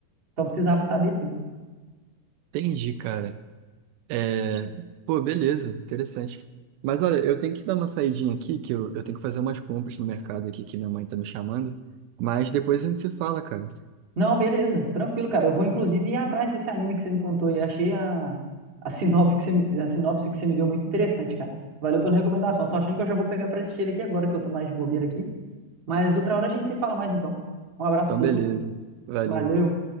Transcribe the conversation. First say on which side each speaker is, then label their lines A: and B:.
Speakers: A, on the right (about 25°); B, on the right (about 85°).
A: Então precisava saber sim.
B: Entendi, cara. É... Pô, beleza. Interessante. Mas olha, eu tenho que dar uma saidinha aqui, que eu, eu tenho que fazer umas compras no mercado aqui, que minha mãe tá me chamando. Mas depois a gente se fala, cara.
A: Não, beleza, tranquilo, cara. Eu vou inclusive ir atrás desse anime que você me contou e achei a, a sinopse que você me, a sinopse que você me deu muito interessante, cara. Valeu pela recomendação. Eu tô achando que eu já vou pegar pra assistir ele aqui agora, que eu tô mais de bobeira aqui. Mas outra hora a gente se fala mais então. Um abraço
B: Então,
A: pra você,
B: beleza.
A: viu?
B: Valeu.
A: Valeu.